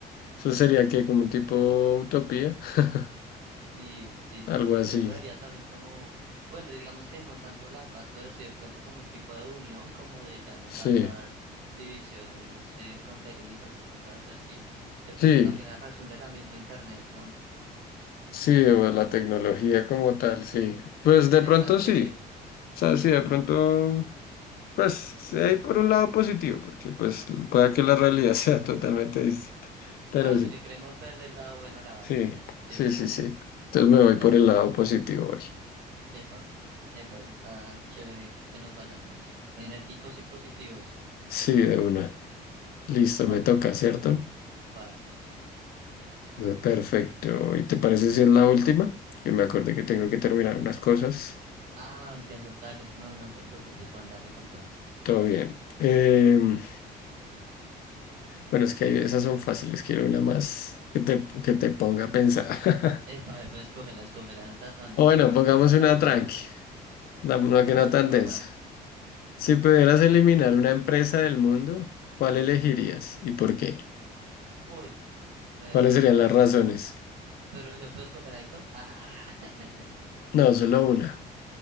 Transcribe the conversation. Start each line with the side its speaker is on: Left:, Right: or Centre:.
Left: eso sería que como un tipo utopía, <laughs>
Right: Sí, sí,
Left: algo
Right: sí, sí.
Left: así.
Right: Yo lo vería también como, bueno, digamos que no tanto la paz, pero sí de pronto como un tipo de unión, como de ya no
Left: Sí,
Right: tantas divisiones eh, fronterizas o cosas así. De pronto
Left: sí,
Right: también a razón de la misma internet, ¿no?
Left: sí, o la tecnología como tal, sí. Pues de
Right: Exacto,
Left: pronto sí.
Right: sí.
Left: O sea, sí, de pronto, pues sí hay por un lado positivo, porque pues pueda que la realidad <laughs> sea totalmente distinta. Pero
Right: Ah,
Left: sí.
Right: si le queremos verle el lado bueno a la vaina.
Left: Sí,
Right: Sí,
Left: sí,
Right: total.
Left: sí, sí. Entonces me voy
Right: Dale.
Left: por el lado positivo hoy.
Right: Epa. Epa, eso está chévere que nos vayamos enérgicos y positivos.
Left: Sí, de una. Listo,
Right: Dale,
Left: me toca, ¿cierto?
Right: paz.
Left: Eh, Perfecto. ¿Y te parece si es la última? Que me acordé que tengo que terminar unas cosas.
Right: Ah, entiendo. Dale. No, no te preocupes, Juan. Dale con toda.
Left: Todo bien. Em, bueno, es que hay- esas son fáciles. Quiero una más que te, que te ponga a pensar.
Right: Epa,
Left: <laughs>
Right: epa, escógela, escógela, no te afanes,
Left: O bueno,
Right: escoge
Left: pongamos
Right: que esa es
Left: una
Right: la última.
Left: tranqui. Una
Right: Esa
Left: una
Right: es la
Left: que no
Right: última,
Left: tan densa.
Right: Juan.
Left: Si pudieras eliminar una empresa del mundo, ¿cuál elegirías y por qué?
Right: Uy, re
Left: ¿Cuáles
Right: bien.
Left: serían las razones?
Right: Pero yo puedo escoger ahí dos. Ah, <laughs>
Left: No, solo una.